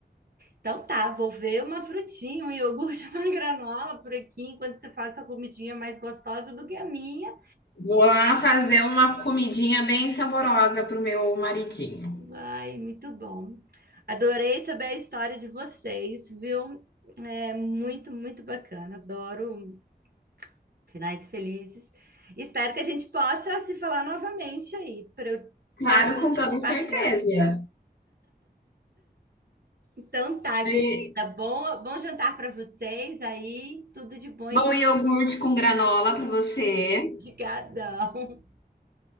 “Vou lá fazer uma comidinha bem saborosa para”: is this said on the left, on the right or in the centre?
Left